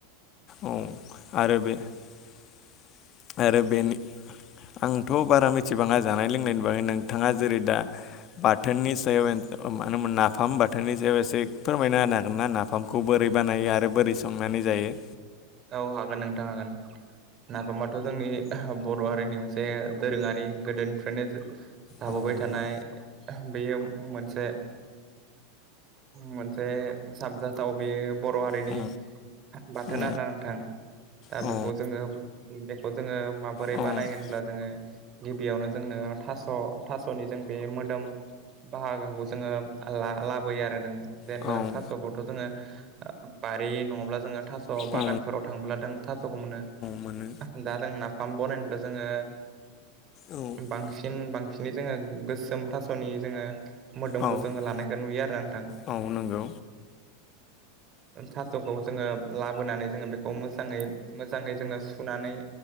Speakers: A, on the left; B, on the right.
A: औ आरो बे बेनि आंथ' बारा मिथिबाङा जानाय लोंनायनि बागै नोंथाङा जेरै दा बाथोननि सायाव मानो होन नाफाम बाथोननि सायाव एसे फोरमायनो हागोन ना नाफाम नाफामखौ बोरै बानायो आरो बोरै संनानै जायो?
B: औ हागोन नोंथां हागोन। नाफामाथ' जोंनि बर' हारिनि मोनसे दोरोङारि गोदोनिफ्रायनो जाबोबाय
A: औ नंगौ
B: थानाय। बेयो मोनसे मोनसे साबजाथाव बेयो बर' हारिनि
A: औ
B: बाथोन
A: औ
B: आरोना नोंथां। दा
A: औ
B: बेखौ जोङो बेखौ जोङो माबोरै
A: औ
B: बानाय होनब्ला जोङो गिबियावनो जोंनो थास' थास'नि जों बे मोदोम बाहागोखौ जोङो लाबोयो। आरो जों जेनेबा
A: औ
B: जों
A: औ
B: थास'खौथ' जोङो बारि नङाब्ला जोङो थास'
A: औ
B: बागान फोराव थांब्ला जों थास'खौ मोनो
A: मोनो
B: दा जों नाफाम बानायनोब्ला जोङो
A: औ
B: बांसिन बांसिनै जोङो गोसोम थास'नि जोङो मोदोमखौ
A: औ
B: जोङो लानायखौ नुयो आरो नोंथां।
A: औ नंगौ
B: थास'खौ जोङो लाबोनानै जोङो बेखौ खौ मोजाङै मोजाङै जोङो सुनानै